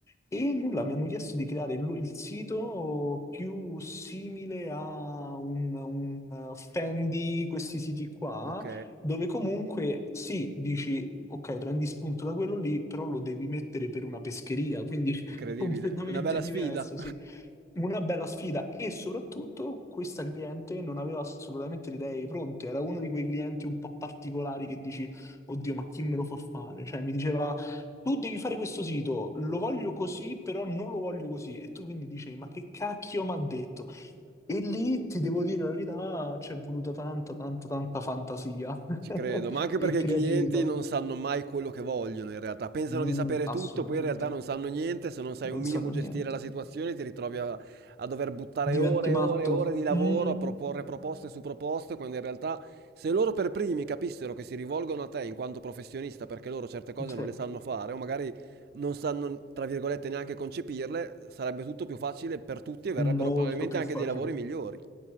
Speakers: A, on the left (about 15°); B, on the right (about 55°).
A: E nulla, mi hanno chiesto di creare il, il sito più simile a un, un eh, Fendi, questi siti qua,
B: Ok.
A: dove comunque sì, dici, ok, prendi spunto da quello lì, però lo devi mettere per una pescheria, quindi
B: Incredibile.
A: <laughs> completamente
B: È una bella
A: diverso,
B: sfida.
A: sì. Una bella sfida e soprattutto questa cliente non aveva assolutamente le idee pronte, era uno di quei clienti un po' particolari che dici, oddio, ma chi me lo fa fare? Cioè, mi diceva tu devi fare questo sito, lo voglio così, però non lo voglio così. E tu quindi dici, ma che cacchio mi ha detto? E lì ti devo dire la verità, c'è voluta tanta, tanta, tanta fantasia <laughs>
B: Ci credo, ma anche perché
A: e creatività.
B: i clienti non sanno mai quello che vogliono in realtà, pensano
A: Mm,
B: di sapere
A: assolutamente,
B: tutto, poi in realtà non sanno niente, se non sai
A: non
B: un minimo
A: sanno
B: gestire
A: niente.
B: la situazione ti ritrovi a, a dover buttare
A: Diventi
B: ore
A: matto?
B: e ore e ore di lavoro,
A: Mm,
B: a proporre proposte su proposte, quando in realtà se loro per primi capissero che si rivolgono a te in quanto professionista perché loro certe cose
A: sì,
B: non le sanno fare o magari non sanno, tra virgolette, neanche concepirle, sarebbe tutto più facile per tutti e verrebbero
A: molto
B: probabilmente
A: più
B: anche
A: facile.
B: dei lavori migliori.